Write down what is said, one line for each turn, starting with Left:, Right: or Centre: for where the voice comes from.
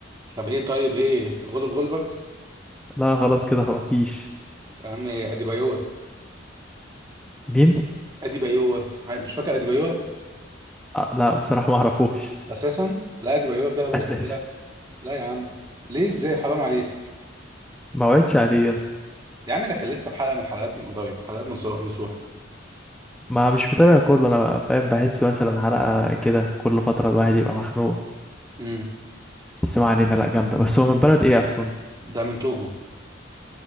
Right: طب ايه طيب ايه غلب غلبك
Centre: لا خلاص كده خلاص مفيش
Right: يا عم اديبايور
Centre: مين؟
Right: اديبايور عا- مش فاكر اديبايور
Centre: آه لا بصراحة ما أعرفوش
Right: اساسا لا اديبايور ده
Centre: <laughs> أساسا
Right: كان بيلعب لا يا عم ليه ازاي حرام عليك
Centre: ما وعدتش عليه يا اسطى
Right: يا عم ده كان لسه في حلقة من حلقات من قريب حلقات نصوح نصوح
Centre: ما مش متابع كله انا فاهم بحس مثلا حلقة كده كل فترة الواحد يبقى مخنوق
Right: امم
Centre: بس ما علينا لا جامدة بس هو من بلد ايه اصلا
Right: ده من توجو